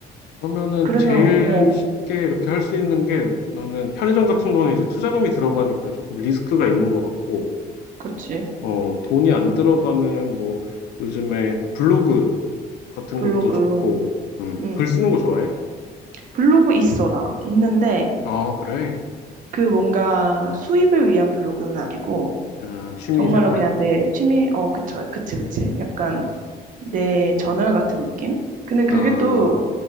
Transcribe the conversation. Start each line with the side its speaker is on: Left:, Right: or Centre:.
Left: 그러면은
Right: 그래서,
Left: 제일
Right: 어,
Left: 쉽게 이렇게 할 수 있는 게 나는 편의점 같은 거는 이제 투자금이 들어가니까 조금 리스크가 있는 것 같고,
Right: 그렇지.
Left: 어, 돈이 안 들어가는 뭐, 요즘에 블로그 같은
Right: 블로그,
Left: 것도 좋고, 음,
Right: 음
Left: 글 쓰는 거 좋아해?
Right: 블로그 있어, 나. 있는데,
Left: 아, 그래.
Right: 그 뭔가 수입을 위한 블로그는 아니고,
Left: 아, 취미
Right: 정말로
Left: 생활?
Right: 그냥 내 취미, 어, 그쵸, 그치, 그치. 약간
Left: 아,
Right: 내 저널 같은 느낌? 근데 그게
Left: 아,
Right: 또,